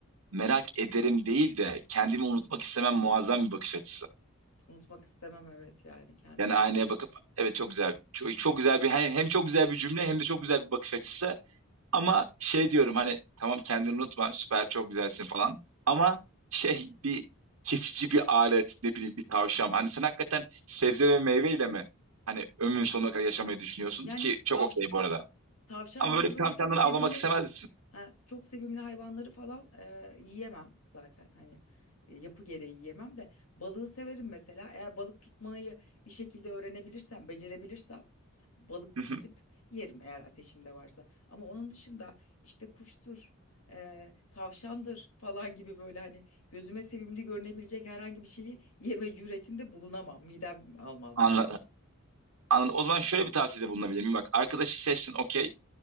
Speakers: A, on the right; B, on the left.
A: merak ederim değil de kendimi unutmak istemem muazzam bir bakış açısı.
B: Unutmak istemem evet yani kendimi.
A: Yani aynaya bakıp evet çok güzel çok, çok güzel bir hem, hem çok güzel bir cümle hem de çok güzel bir bakış açısı ama şey diyorum hani tamam kendini unutma süper çok güzelsin falan ama şey bir kesici bir alet ne bileyim bir tavşan hani sen hakikaten sebze ve meyveyle mi hani ömrün sonuna kadar yaşamayı düşünüyorsun
B: Yani
A: ki çok
B: tavş
A: okey bu arada
B: tavşan
A: ama
B: gibi
A: böyle bir
B: böyle
A: tavşandan
B: çok sevimli
A: avlamak istemez misin?
B: ha, çok sevimli hayvanları falan e, yiyemem zaten hani e, yapı gereği yiyemem de balığı severim mesela eğer balık tutmayı bir şekilde öğrenebilirsem becerebilirsem balık
A: <laughs>
B: pişirip yerim eğer ateşimde varsa ama onun dışında işte kuştur e, tavşandır falan gibi böyle hani gözüme sevimli görünebilecek herhangi bir şeyi yeme cüretinde bulunamam midem almaz
A: Anladım.
B: yani.
A: Anladım. O zaman şöyle bir tavsiyede bulunabilir miyim? Bak arkadaşı seçtin okey.